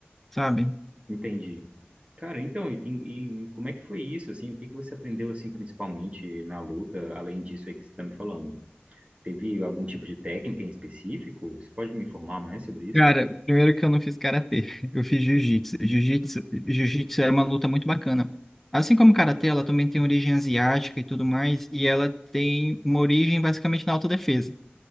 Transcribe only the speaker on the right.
Entendi. Cara, então, e, tem- e- e como é que foi isso, assim? O que que você aprendeu, assim, principalmente na luta, além disso aí que você está me falando? Teve algum tipo de técnica em específico? Você pode me informar mais sobre isso?